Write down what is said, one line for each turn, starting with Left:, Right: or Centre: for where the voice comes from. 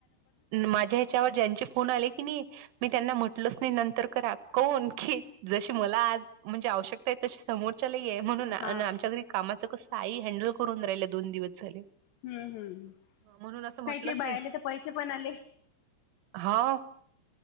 Right: माझ्या हेच्यावर ज्यांचे फोन आले की नाही. मी त्यांना म्हटलच नाही, नंतर करा काऊन की जशी मला आज. म्हणजे, आवश्यकता तशी समोर. चला ये म्हणून
Left: हा
Right: आमच्याकडं कामाच कसं आई, हँडल करून राहिलं दोन दिवस झाले.
Left: हम्म हम्म.
Right: म्हणून असं म्हटलंच
Left: काही काही बायांला तर पैसे पण आले.
Right: हाव.